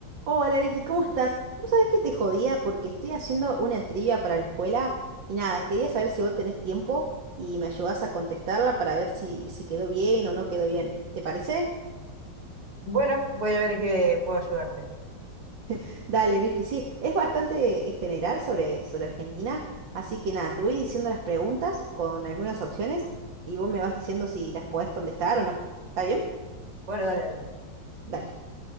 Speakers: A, on the right; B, on the right.
A: Hola Vicky, ¿cómo estás? Vos sabés que te jodía porque estoy haciendo una trivia para la escuela y nada, quería saber si vos tenés tiempo y me ayudás a contestarla para ver si, si quedó bien o no quedó bien. ¿Te parece?
B: Bueno, voy a ver en qué puedo ayudarte.
A: <laughs> Dale, Vicky, sí, es bastante eh, general sobre, sobre Argentina, así que nada, te voy diciendo las preguntas con algunas opciones y vos me vas diciendo si las podés contestar o no. ¿Está bien?
B: Bueno, dale, dale.
A: Dale.